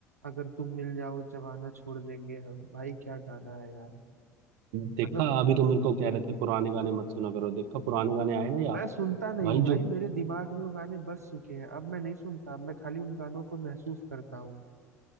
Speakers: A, on the right (about 85°); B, on the right (about 65°).
A: अगर तुम मिल जाओ जवाना छोड़ देंगे हम भाई क्या गाना है यार
B: देखा
A: मतलब
B: अभी तो मेरे को कह रहे थे पुराने गाने मत सुना करो देखा पुराने गाने आए ना यार
A: मैं सुनता नहीं
B: भाई
A: हूँ भाई
B: जो
A: मेरे दिमाग में वो गाने बस चुके हैं अब मैं नहीं सुनता अब मैं खाली उन गानों को महसूस करता हूँ